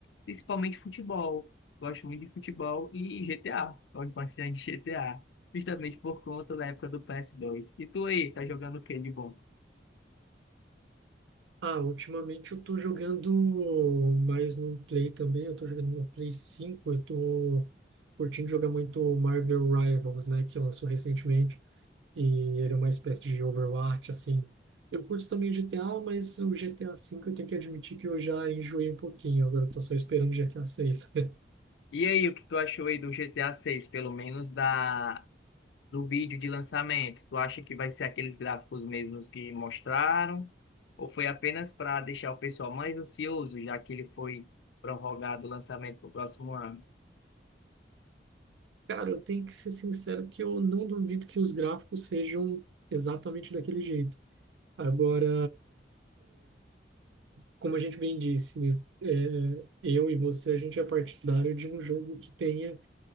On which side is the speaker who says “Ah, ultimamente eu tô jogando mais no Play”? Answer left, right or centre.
Right